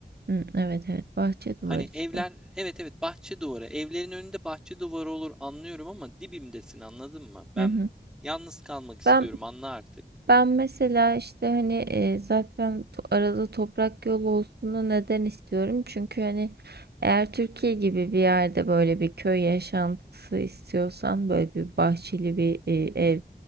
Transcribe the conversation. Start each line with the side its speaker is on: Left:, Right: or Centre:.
Right: hı, evet evet bahçe duvarı
Centre: Hani evler,
Right: işte.
Centre: evet evet bahçe duvarı. Evlerin önünde bahçe duvarı olur anlıyorum ama dibimdesin anladın mı? Ben
Right: Hı hı.
Centre: yalnız kalmak istiyorum
Right: Ben
Centre: anla artık.
Right: Ben mesela işte hani e, zaten to- arada toprak yolu olsun neden istiyorum? Çünkü hani eğer Türkiye gibi bir yerde böyle bir köy yaşantısı istiyorsan böyle bir bahçeli bir e, ev,